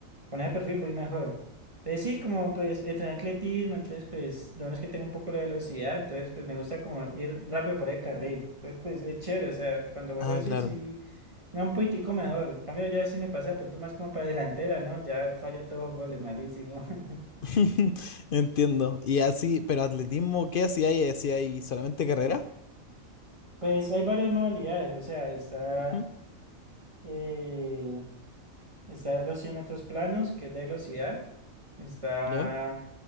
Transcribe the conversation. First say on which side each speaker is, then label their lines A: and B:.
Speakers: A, on the right; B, on the left.
A: con ese perfil voy mejor. Entonces sí, como pues entrenar atletismo, entonces pues lo bueno es que tengo un poco la velocidad, entonces pues me gusta como ir rápido por el carril, entonces pues es chévere, o sea, cuando juego
B: Ah,
A: así
B: claro.
A: sí me da un poquitico mejor, en cambio ya sí me pasa de pronto más como para delantera, ¿no? Ya fallo todos los goles, malísimo. <laughs>
B: <laughs> Entiendo. Y así, pero atletismo, ¿qué hacía ahí? ¿Hacía ahí solamente carrera?
A: Pues hay varias modalidades, o sea, está...
B: Ujú.
A: eh, Está los 100 metros planos, que es de velocidad. Está
B: ¿Ya?